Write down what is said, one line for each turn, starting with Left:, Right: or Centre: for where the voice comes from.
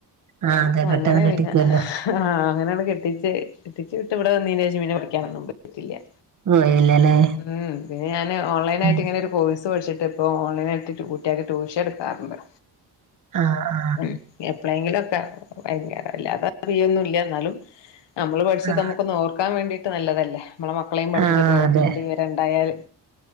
Right: ആ അതെ പെട്ടെന്ന്
Left: അങ്ങനെ
Right: കെട്ടിക്കുമല്ലോ
Left: പിന്നെ ആഹ് അങ്ങനാണ്ട് കെട്ടിച്ച് കെട്ടിച്ച് വിട്ട്വ്ടെ വന്നീനേഷം പിന്നെ പഠിക്കാനൊന്നും പോയി ഇല്ല്യ
Right: ഓ ഇല്ലല്ലേ
Left: ഉം പിന്നെ ഞാന് ഓൺലൈനായ്ട്ട്ങ്ങനൊരു
Right: ഉം.
Left: കോഴ്സ് പഠ്ച്ച്ട്ട്പ്പോ ഓൺലൈനായിട്ട് കുട്ട്യാക്ക് ട്യൂഷട്ക്കാറ്ണ്ട്
Right: ആഹ്
Left: ഉം എപ്പളേങ്കിലൊക്കെ ഭയങ്കര വല്ലാതെ പെയ്നൊന്നൂല്ല എന്നാലും നമ്മള് പഠ്ച്ചത്
Right: ആ
Left: നമുക്കൊന്നോർക്കാൻ വേണ്ടീട്ട് നല്ലതല്ലേ നമ്മളെ മക്കളേം പഠിപ്പിച്ചൊട്ക്ക്മ്പൊ
Right: ആ
Left: കൊറച്ച്കൂടി
Right: അതെ
Left: വിവരെണ്ടായാല്